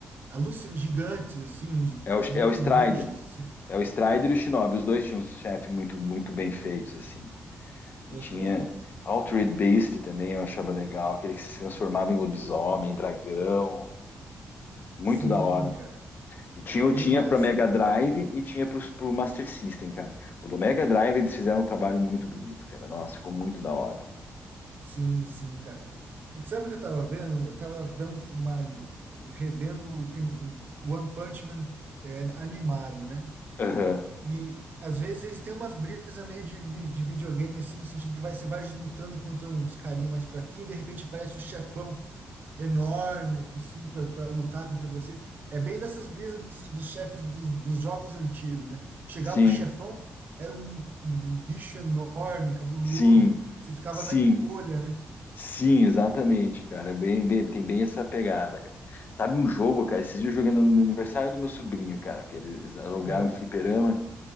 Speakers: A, on the right (about 45°); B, on the left (about 45°).
A: alucin gigantes, assim, uns
B: é, o,
A: meio
B: é o Strider.
A: ninjas, assim.
B: É o Strider e o Shinobi. Os dois tinham uns chefes muito, muito bem feitos, assim. E tinha
A: Aham,
B: Altered Beast também, eu achava legal. Aquele que se transformava em lobisomem, dragão. Muito
A: Sim,
B: da hora.
A: cara,
B: Tinha,
A: bem
B: eu tinha
A: massa.
B: para Mega Drive e tinha para o Master System, cara. O do Mega Drive eles fizeram um trabalho muito bonito, cara. Nossa, ficou muito da hora.
A: Sim, sim, cara. E sabe o que eu tava vendo? Eu tava dando uma, revendo o, prim- o One Punch Man é, animado, né?
B: Aham.
A: E às vezes eles têm umas brisas meio de, vi- de videogame, assim, no sentido que vai, você vai lutando contra uns carinha mais fraquinho, e de repente parece um chefão enorme, assim, pra, pra lutar contra você. É bem dessas brisas dos, dos chefes dos, dos jogos antigos, né? Chegava
B: Sim,
A: o chefão, era um, um bicho enorme, cabuloso,
B: sim,
A: você ficava
B: sim,
A: na encolha, né?
B: sim, exatamente, cara. É Bem, bem- tem bem essa pegada, cara. Sabe um jogo, cara? Esses dias eu joguei no no aniversário do meu sobrinho, cara, que eles alugaram
A: É.
B: um fliperama,